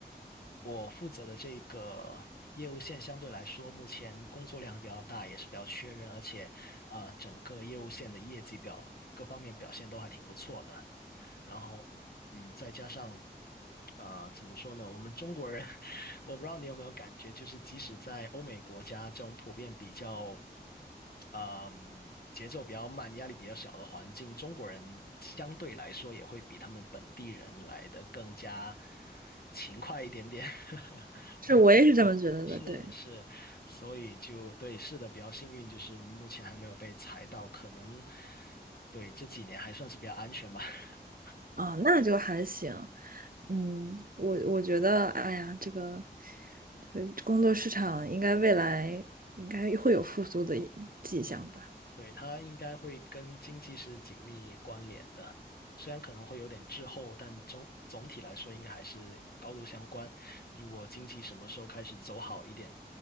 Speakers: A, on the left (about 60°); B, on the right (about 55°).
A: 我负责的这个业务线相对来说，目前工作量比较大，也是比较缺人，而且啊、呃整个业务线的业绩表各方面表现都还挺不错的。然后嗯，再加上啊、呃怎么说呢？我们中国人，<laughs> 我不知道你有没有感觉，就是即使在欧美国家这种普遍比较嗯节奏比较慢、压力比较小的环境，中国人相对来说也会比他们本地人来的更加勤快一点点。<laughs>
B: 是我也是这么觉得的，
A: 我不知道，是是，
B: 对。
A: 所以就对，是的，比较幸运，就是目前还没有被裁到，可能对这几年还算是比较安全吧。<laughs>
B: 啊，那就还行。嗯，我我觉得，哎呀，这个这个工作市场应该未来应该会有复苏的一迹象吧？
A: 嗯，对，它应该会跟经济是紧密关联的，虽然可能会有点滞后，但总总体来说应该还是高度相关。如果经济什么时候开始走好一点，